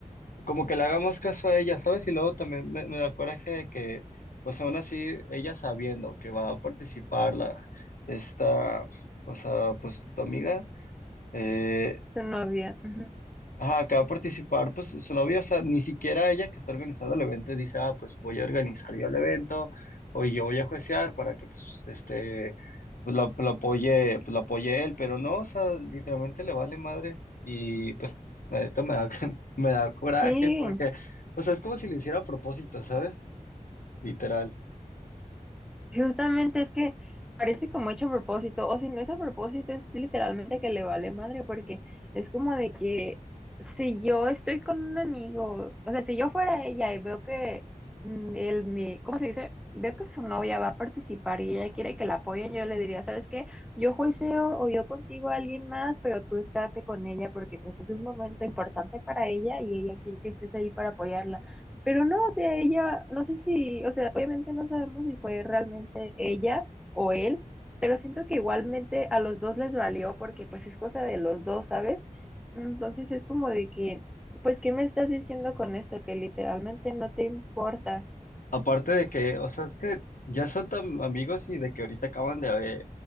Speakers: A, on the left; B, in the centre.
A: como que le hagamos caso a ella, ¿sabes? Y luego también me, me da coraje de que, pues aún así, ella sabiendo que va a participar la, esta, o sea, pues tu amiga, eh,
B: Tu novia. Ujú.
A: Ajá, acaba de participar, pues su novia, o sea, ni siquiera ella que está organizando el evento dice, ah, pues voy a organizar yo el evento, o yo voy a juiciar para que, pues, este, pues lo, lo apoye, pues lo apoye él, pero no, o sea, literalmente le vale madres, y pues, la neta me da, <laughs> me da coraje,
B: Sí,
A: porque, o sea, es como si lo hiciera a propósito, ¿sabes? Literal.
B: Justamente es que parece como hecho a propósito, o si no es a propósito, es literalmente que le vale madre, porque es como de que si yo estoy con un amigo, o sea, si yo fuera ella y veo que mm, él me, ¿cómo se dice? Veo que su novia va a participar y ella quiere que la apoyen, yo le diría, ¿sabes qué? Yo juiceo o yo consigo a alguien más, pero tú estate con ella porque pues es un momento importante para ella y ella quiere que estés ahí para apoyarla. Pero no, o sea, ella, no sé si, o sea, obviamente no sabemos si fue realmente ella o él, pero siento que igualmente a los dos les valió porque pues es cosa de los dos, ¿sabes? Entonces es como de que, pues, ¿qué me estás diciendo con esto? Que literalmente no te importa.
A: Aparte de que, o sea, es que ya son tan amigos y de que ahorita acaban de, eh,